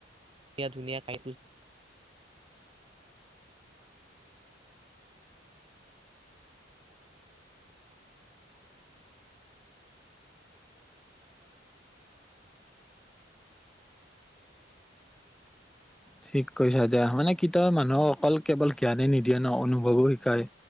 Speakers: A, on the right; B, in the centre.
A: ধুনীয়া ধুনীয়া খাইছো
B: ঠিক কৈছো দিয়া মানে কিতাপৰ মানুহক অকল কেৱল জ্ঞানে নিদিয়ে ন অনুভৱো শিকায়